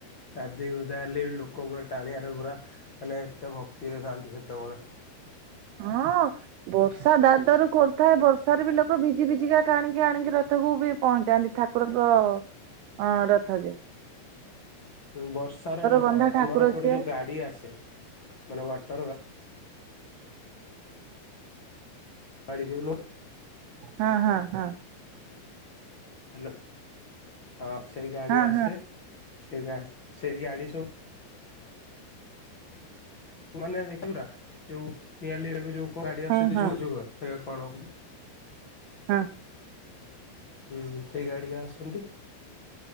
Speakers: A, on the left (about 40°); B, on the right (about 80°).
A: ଗାଧି ଗୁଧା ହେଲେଵି ଲୋକ ପୁରା ଟାଣିବାରେ ପୁରା ମାନେ ଏତେ ଭକ୍ତିରେ ଥାଆନ୍ତି ସେତେବେଳେ।
B: ହଁ। ବର୍ଷା ଦାରୁ ଦାରୁ କୋରୁଥାଏ ବର୍ଷାରେ ବି ଲୋକ ଭିଜି ଭିଜିିକା ଟାଣିକି ଆଣିକି ରଥକୁ ବି ପହଞ୍ଚାନ୍ତି ଠାକୁରଙ୍କ ଅ ଅଁ ରଥରେ।
A: ବର୍ଷାରେ ନୁହଁ
B: ବନ୍ଧା ଠାକୁର
A: ଆମର ଏପଟେ
B: ସିଏ
A: ଯୋଉ ଗାଡି ଆସେ ମାନେ ୱାଟର ଗା ଗାଡିଜୁମୁ
B: ହଁହଁ ହଁ‌।
A: ହ୍ୟାଲୋ ହଁ ସେଇ ଗାଡି
B: ହଁ
A: ଆସେ
B: ହଁ
A: ସେ ଗା ସେଇ ଗାଡି ସବୁ ମାନେ ଦେଖିବୁରା ଯୋଉ ନିଆଲିରେ ଯୋଉ କରାଣ୍ଡି
B: ହଁ
A: ଆସେ ଯୁଗ
B: ହଁ
A: ଯୁଗ। ଇଏ କଣ?
B: ହଁ।
A: ହୁଁ ସେଇ ଗାଡିକା ଆସନ୍ତି।